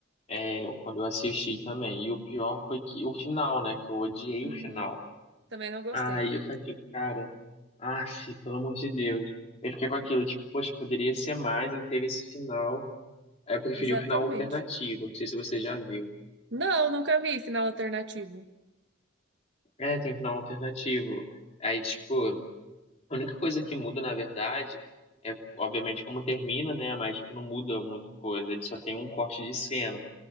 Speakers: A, on the left; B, on the right.
A: eu, quando eu assisti também. E o pior foi que o final, né? Que eu odiei
B: Uhum.
A: o final.
B: Também não gostei.
A: Aí eu falei, cara, ah, pelo amor de Deus. Eu fiquei com aquilo, tipo, poxa, poderia ser mais, né? Teve esse final. Aí Eu preferi
B: Exatamente.
A: o final alternativo, não sei se você já viu.
B: Não, nunca vi final alternativo.
A: É, tem um final alternativo. Aí, tipo, a única coisa que muda, na verdade, é, obviamente, como termina, né? Mas, tipo, não muda muita coisa. Ele só tem um corte de cena.